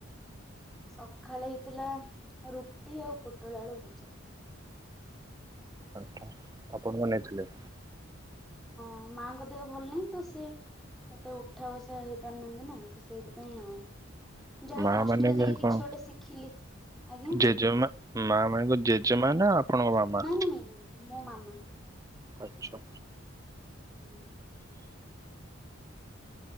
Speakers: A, in the centre; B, on the right (about 15°).
A: ସକାଳେ ହେଇଥିଲା ରୁଟି ଆଉ ପୋଟଳ ଆଳୁ ଭଜା।
B: ଆଚ୍ଛା। ଆପଣ ବନେଇଥିଲେ?
A: ହଁ ମାଙ୍କ ଦେହ ଭଲ ନାଇଁ ତ ସେ ଏତେ ଉଠା ବସା ହେଇପାରୁନାହାନ୍ତି ନା ତ ସେଇଥିପାଇଁ ଆଉ। ଯାହା
B: ମା
A: ହଉ ହଷ୍ଟେଲେ
B: ମାନେ
A: ଯାଇକି
B: କଣ
A: କିଛି ଗୋଟେ ଶିଖିଲି। ଆଜ୍ଞା
B: ଜେଜେମା ମା ମାନେ ତ ଜେଜେମା ନା ଆପଣଙ୍କ ମାମା।
A: ନାଇଁ ନାଇଁ ମୋ ମାମା।
B: ଆଚ୍ଛା।
A: ହୁଁ।